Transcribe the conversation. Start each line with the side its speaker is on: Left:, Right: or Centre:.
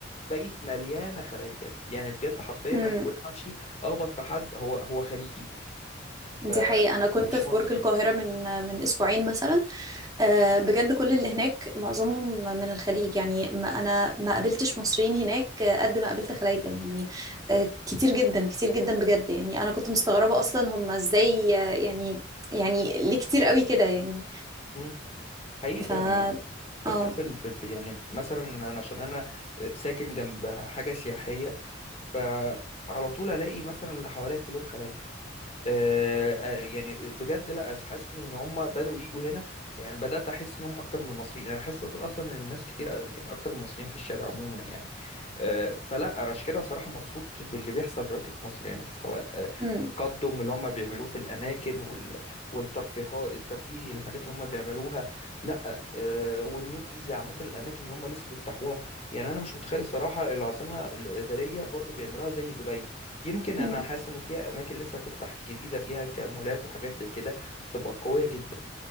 Left: بقت مليانه خلايجه يعني بجد حرفيا
Right: امم
Left: انا كل ما امشي اخبط في حد هو هو خليجي
Right: دي
Left: فمش
Right: حقيقة أنا كنت في
Left: مصري
Right: برج القاهرة من من أسبوعين مثلا آه، بجد كل اللي هناك معظمهم من الخليج يعني ما أنا ما قابلتش مصريين هناك آه، قد ما قابلت خلايجة يعني آه، كتير جدا كتير جدا بجد يعني أنا كنت مستغربة أصلا هم إزاي آه، يعني يعني ليه كتير قوي كده يعني
Left: مم. حقيقي
Right: ف
Left: فعلا أنا
Right: اه
Left: حتى في ال- في الف يعني مثلا انا عشان انا ساكن جنب حاجه سياحيه فعلى طول الاقي مثلا اللي حواليا كلهم خلايجه آه، آه، يعني بجد لا أس- حاسس ان هم بداوا يجوا هنا يعني بدات احس ان هم اكتر من المصريين انا حاسس أص- اصلا ان الناس كتير أ- يعني اكتر من المصريين في الشارع عموما يعني آه، فلا انا عشان كده صراحه مبسوط باللي بيحصل دلوقتي في مصر يعني سواء آه،
Right: أمم،
Left: التقدم اللي هم بيعملوه في الاماكن وال... والترفيه الترفيه الحاجات اللي هم بيعملوها لا آه، والنيو جيزه عامه الاماكن اللي هم لسه بيفتحوها يعني انا مش متخيل الصراحه العاصمه الاداريه برضو بيعملوها زي دبي يمكن انا
Right: أمم،
Left: حاسس ان فيها اماكن لسه هتفتح جديده فيها كمولات وحاجات زي كده بتبقى قويه جدا